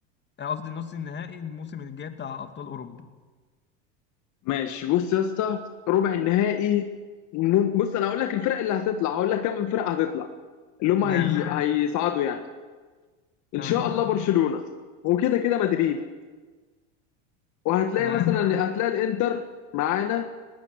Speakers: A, on the left (about 30°); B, on the left (about 50°).
A: آه، قصدي نص النهائي الموسم الجاي بتاع ابطال اوروبا
B: ماشي بص يا اسطى ربع النهائي مم- بص انا هقول لك الفرق اللي هتطلع هقول لك كام فرقه هتطلع اللي هم هي...
A: ماشي
B: هيصعدوا يعني ان
A: تمام
B: شاء الله برشلونه وكده كده مدريد وهتلاقي
A: تمام
B: مثلا هتلاقي الانتر معانا